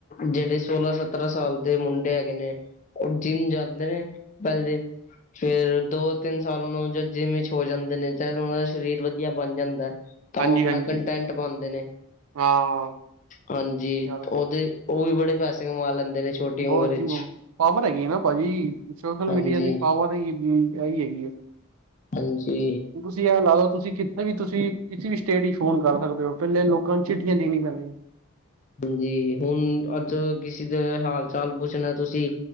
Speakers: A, on the left (about 35°); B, on the right (about 85°).
A: ਜਿਹੜੇ ਸੋਲਾਂ ਸਤਰਾਂ ਸਾਲ ਦੇ ਮੁੰਡੇ ਹੈਗੇ ਨੇ। ਉਹ ਜਿੰਮ ਜਾਂਦੇ ਨੇ ਪਹਿਲੇ। ਫੇਰ ਦੋ ਤਿੰਨ ਸਾਲ ਉਹਨਾਂ ਨੂੰ ਜਦ ਜਿੰਮ ਵਿਚ ਹੋ ਜਾਂਦੇ, ਨੇ ਚ ਉਹਨਾਂ ਦਾ ਸਰੀਰ ਵਧੀਆ ਬਣ ਜਾਂਦਾ ਹੈ।
B: ਹਾਂਜੀ
A: ਤਾਂ ਉਹ ਆਪਣਾ
B: ਹਾਂਜੀ
A: ਕੰਟੈਂਟ ਪਾਉਦੇ ਨੇ
B: ਹਾਂ
A: ਹਾਂਜੀ
B: ਯਾਰ
A: ਉਹਦੇ। ਉਹ ਵੀ ਬੜੇ ਪੈਸੇ ਕਮਾ ਲੈਂਦੇ ਨੇ। ਛੋਟੀ ਉਮਰ
B: ਹੋਰ
A: ਵਿੱਚ
B: ਜੀ ਹੋਰ ਪਾਵਰ ਹੈਗੀ ਆ ਨਾ ਭਾਜੀ ਸੋਸ਼ਲ
A: ਹਾਂਜੀ
B: ਮੀਡੀਆ ਦੀ ਪਾਵਰ ਹੀ ਆਹੀ ਹੈਗੀ ਹੈ।
A: ਹਾਂਜੀ।
B: ਤੁਸੀਂ ਇਹ ਲਾ ਲਓ, ਤੁਸੀਂ ਕਿਥੇ ਵੀ ਤੁਸੀਂ ਕਿਸੇ ਵੀ ਸਟੇਟ ਹੀ ਫੋਨ ਕਰ ਸਕਦੇ ਹੋ, ਪਹਿਲੇ ਲੋਕਾਂ ਨੂੰ ਚਿੱਠੀਆਂ ਦੇਣੀਆਂ ਪੈਂਦੀਆਂ।
A: ਜੀ ਹੁਣ ਅੱਜ ਕਿਸੇ ਦਾ ਹਾਲ ਚਾਲ ਪੁੱਛਣਾ ਤੁਸੀਂ।